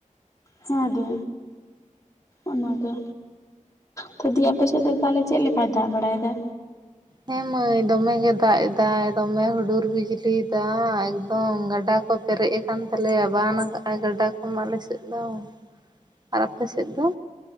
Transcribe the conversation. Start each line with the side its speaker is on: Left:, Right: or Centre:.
Left: ᱦᱮᱸ ᱫᱤ ᱚᱱᱟᱜᱮ ᱛᱚ ᱫᱤ ᱟᱯᱮ ᱥᱮᱫ ᱫᱚ ᱛᱟᱦᱚᱞᱮ ᱪᱮᱫ ᱞᱮᱠᱟᱭ ᱫᱟᱜ ᱵᱟᱲᱟᱭᱮᱫᱟ
Right: ᱦᱮᱸ ᱢᱟᱹᱭ ᱫᱚᱢᱮ ᱜᱮ ᱫᱟᱜ ᱮᱫᱟᱭ ᱫᱚᱢᱮ ᱦᱩᱰᱩᱨ ᱵᱤᱡᱽᱞᱤ ᱫᱟᱜ ᱮᱠᱫᱚᱢ ᱜᱟᱰᱟ ᱠᱚ ᱯᱮᱨᱮᱡ ᱟᱠᱟᱱ ᱛᱟᱞᱮᱭᱟ ᱵᱟᱱ ᱠᱟᱜ ᱟᱭ ᱜᱟᱰᱟ ᱠᱚᱢᱟ ᱟᱞᱮ ᱥᱮᱫ ᱫᱚ ᱟᱨ ᱟᱯᱮ ᱥᱮᱫ ᱫᱚ